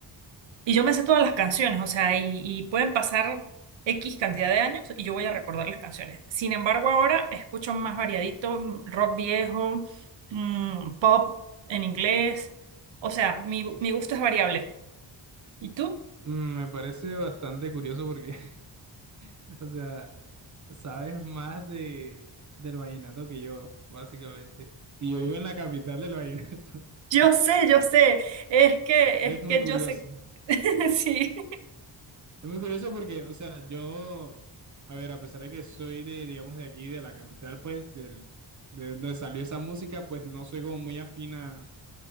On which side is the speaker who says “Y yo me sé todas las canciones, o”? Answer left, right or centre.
Right